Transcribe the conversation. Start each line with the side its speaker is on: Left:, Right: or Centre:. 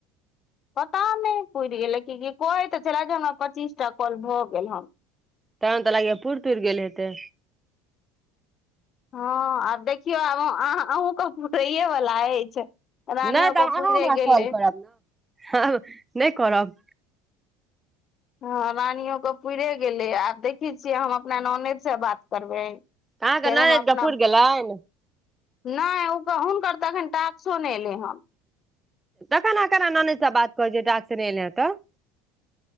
Left: पता नहि पुरि गेलै क कहे त छले जे हमरा पच्चीसटा कॉल भऽ गेल हन
Right: तबन तऽ लागि पुर तुर गेल हेतै
Left: हँ आ देखियौ आब अहुके होए वला अछि रानियो
Right: नहि तऽ
Left: के
Right: अहाँ
Left: पुरे
Right: हमरा
Left: गेलै
Right: कॉल करब ने नहि करब
Left: हँ रानियोके पूरे गेलै आ देखै छियै हम अपना नानेदसँ बात करबै
Right: अहाँ
Left: फेर
Right: कें ननैद
Left: हम अपना
Right: कें पूर गेलैन
Left: नहि हुनकर तऽ एखन टाक्सो नहि एलै हन
Right: तखन अहाँ केना ननैद सँ बात करिय छिय टॉक्स नहि एलय तं